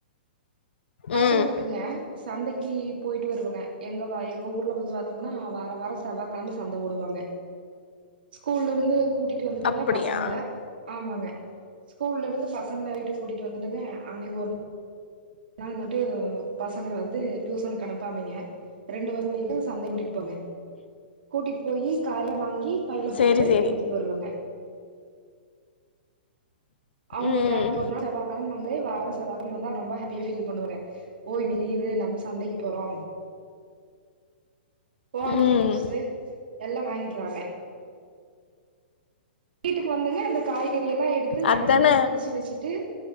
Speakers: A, on the right; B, on the left.
A: பசங்களுக்குங்க
B: ம்
A: சந்தைக்கு போய்ட்டு வருவங்க எங்க வா எங்க ஊர்ல வந்து பாத்தோம்னா வார வாரோ செவ்வாக்கெழம சந்த போடுவாங்க ஸ்கூல்ல இருந்து கூட்டிட்டு வந்துட்டுங்க
B: அப்டியா
A: பசங்கள ஆமாங்க ஸ்கூல்ல இருந்து பசங்கள வீட்டுக் கூட்டிட்டு வந்துட்டுங்க அன்னைக்கு ஒரு நாள் மட்டு பசங்கள வந்து டியூசனுக்கு அனுப்பாமைங்க ரெண்டு பசங்களயு சந்தை கூட்டிட்டு போங்க கூட்டிட்டு போய் காயெல்லா வாங்கி பயில
B: சேரி
A: போட்டு
B: சேரி
A: எடுத்துட்டு வருவங்க அவுங்களுக்கு
B: ம்
A: அன்னைக்கு ஒரு நாள் செவ்வாக்கிழம <unintelligible> வார வார செவ்வா கிழம வந்தா ரொம்ப ஹாப் <unintelligible> பண்ணுதுங்க ஓ லீவு நாம சந்தைக்கு போறோ போனது
B: ம்
A: ப்ஸு யெல்லா வாங்கிறாங்க வீட்டுக்கு வந்துங்க அந்த காய்கறி யெல்லா எடுத்து
B: அதான
A: தனித்தனியா பிரிச்சு வெச்சுட்டு